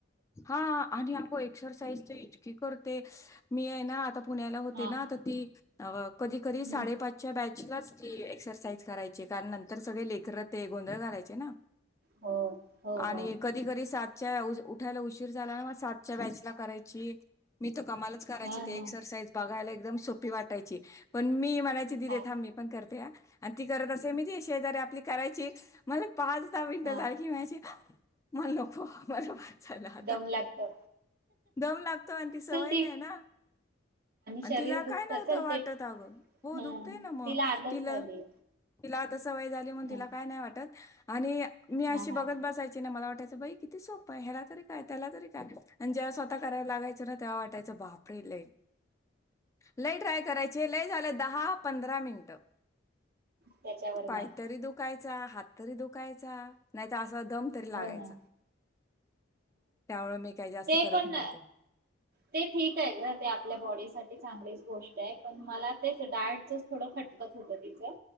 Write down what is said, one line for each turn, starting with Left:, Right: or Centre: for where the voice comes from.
Left: हा आणि अगो एक्सरसाइज तर इतकी करते. मी आहे ना आता पुण्याला होते
Right: हा
Left: ना तर ती कधी कधी साडेपाचच्या
Right: हम्म
Left: बॅचलाच ती एक्सरसाइज करायची कारण न तर सगळ लेकर ते गोंधळ घालायचे ना
Right: हो हो
Left: आणि
Right: हो
Left: कधी कधी सात च्या वुज उठ उठायला उशीर झाला ना मग सातच्या बयाचला करायची मी त कमालच करायची
Right: हा
Left: ते
Right: हा
Left: एक्सरसाईज बघायला, एकदम सोपी वाटायची. पण मी मा म्हणायचे दिदे
Right: हा
Left: थांब मी पण करते. आणि ती करत असे मी तिज्या शेजारी आपली करायची. मला पाच दहा मिनट
Right: हा
Left: झाली की म्हणायची मणलो <inaudible> चला आता
Right: दम लागतो
Left: दम लागतो आणि ती सवय
Right: चल ते
Left: नाही, ना आणि
Right: शरीर
Left: तिला
Right: दुखत
Left: काय नव्हतं
Right: चल
Left: वाटत
Right: ते
Left: अगं हो
Right: ह
Left: दुखतय ना मग
Right: आदत
Left: तिला.
Right: झाली
Left: तिला आताच सवय झाली म्हणून
Right: ह
Left: तिला काय नाही वाटत. आणि मी अशी
Right: हा
Left: बघत
Right: हा
Left: बसायची ना मला वाट त्याच बाई किती सोप आहे ह्याला तरी काय त्याला तरी काय जे्हा तेव्हा करायला लागयचं ना तेव वाटायचं बाप अडेले लय ट्राय करायचे लय झालं दहा. पंधरा मिनटं.
Right: त्याच्यावर
Left: काहीतरी
Right: नाही
Left: दुखाय च्या हात तरी दुकायचा नाही त अस. दम तरी लागायचा.
Right: हो ना
Left: त्यामुळे मी काही जास्त
Right: ते
Left: करत
Right: पण
Left: नव्हते
Right: ते ठीक आहे ग ते आपल्या बॉडी साठी चांग गोष्ट आहे पण मला तेच डाएटच थोडं खटकत होतं तिचं.